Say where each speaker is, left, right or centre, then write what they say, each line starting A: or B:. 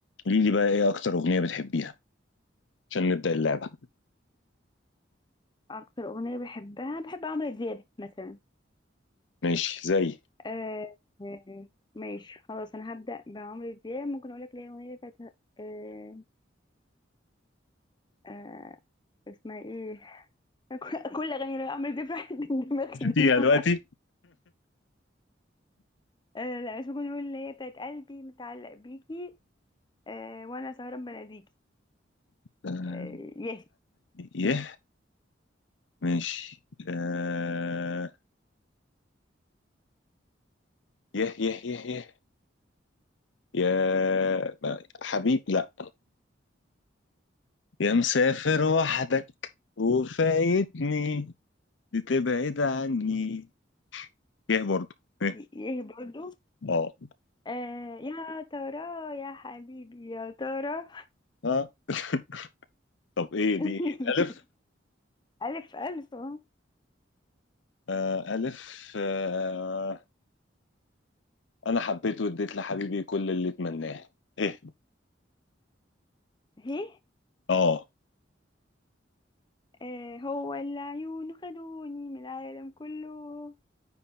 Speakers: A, on the left (about 70°); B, on the left (about 25°).
A: قولي لي بقى ايه اكتر اغنية بتحبيها عشان نبدأ اللعبة
B: اكتر اغنيه بحبها بحب عمرو دياب مثلا
A: ماشي زي
B: آه آه، ماشي خلاص انا هبدا بعمرو دياب ممكن اقول لك ليه اغنيه بتاعت آه آه اسمها ايه <laughs> كل اغاني عمرو دياب راحت من دماغي دلوقتي
A: يا دلوقتي
B: آه لا مش ممكن اقول اللي هي بتاعت قلبي متعلق بيكي آه وانا سهران بناديكي
A: آه،
B: آه يه
A: يه ماشي آه، يه يه يه يه يا حبيب لا يا مسافر وحدك وفايتني بتبعد عني يه برضو يه.
B: يه برضو
A: اه
B: آه يا ترى يا حبيبي يا ترى
A: اه <laughs> طب ايه دي
B: <laughs>
A: ايه الف
B: الف الف اهو
A: آه الف آه انا حبيت واديت لحبيبي كل اللي اتمناه ايه
B: هي
A: اه
B: آه، هو العيون خدوني من العالم كله